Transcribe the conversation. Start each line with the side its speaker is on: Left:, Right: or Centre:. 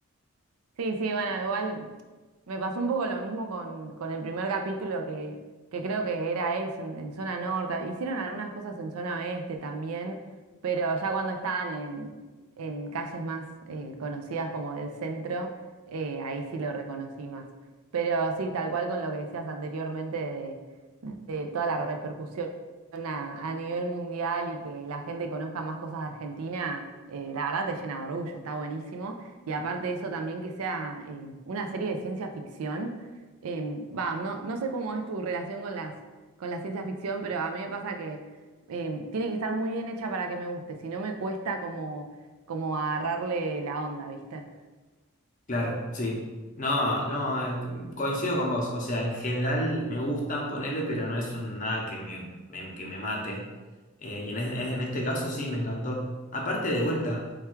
Right: Sí, sí, bueno, igual me pasó un poco lo mismo con, con el primer capítulo que, que creo que era eso, en, en zona norte. Hicieron algunas cosas en zona oeste también, pero ya cuando estaban en, en calles más eh, conocidas como del centro, eh, ahí sí lo reconocí más. Pero sí, tal cual con lo que decías anteriormente de, de toda la repercusión a, a nivel mundial y que la gente conozca más cosas de Argentina, eh, la verdad te llena de orgullo, está buenísimo. Y aparte de eso también que sea eh, una serie de ciencia ficción. Em, va, no, no sé cómo es tu relación con las, con la ciencia ficción, pero a mí me pasa que em, tiene que estar muy bien hecha para que me guste, si no me cuesta como, como agarrarle la onda, ¿viste?
Left: Claro, sí. No, no, eh, coincido con vos. O sea, en general me gustan ponerle, pero no es un- nada que me, me- que me mate. Eh, y en, es- en este caso sí, me encantó. Aparte de vuelta,